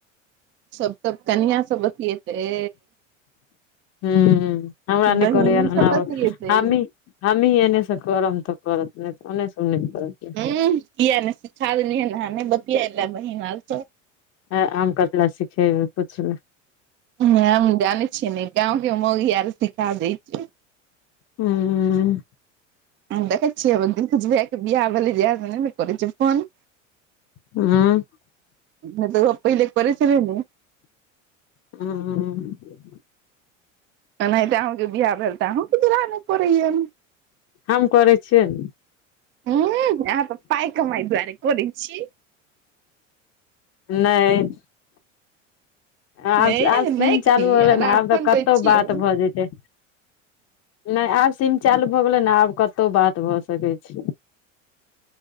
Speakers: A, on the right; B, on the left.
A: सब तबऽ कनियां स बतियेतै।
B: हूंम्म, हमरा नै
A: बहिन
B: करैया ओना
A: सब
B: आब,
A: बतियेतै
B: हमीं हमीं एने से करम तऽ करत, नै तऽ ओने स ओ नै करत।
A: ऊंह, किया नै सिखा देलियै हेन? नै बतियैले बहिन आर स
B: आ आम कथी लैऽ सिखेबै, पुछबै
A: ह-हम जानै छियै ने गाँवके मौगी आर सिखा दै छै।
B: हुम्म।
A: देखै छियै दिलकुछ भैया बियाह भेलै जहिया स नै करै छै फोन?
B: हूँ
A: नै तऽ ओहो पहिले करै छलै ने?
B: हॉंऽ।
A: ओनाहिते आहूँ के बियाह भेल तऽ, आहूँ के दुल्हा नै करैया
B: हम करै छियै ने?
A: ऊंह अहॉं त पाइ कमाई दुवारे करै छी।
B: नैय। आबसऽ
A: ए
B: आब सीम
A: नहि
B: चालू होलै ने,
A: राखन
B: आब तऽ कतौ
A: दै छियै
B: बात भऽ जैइतै। नै आब सिम चालू भऽ गेलै ने, आब कतौ बात भऽ सकै छै।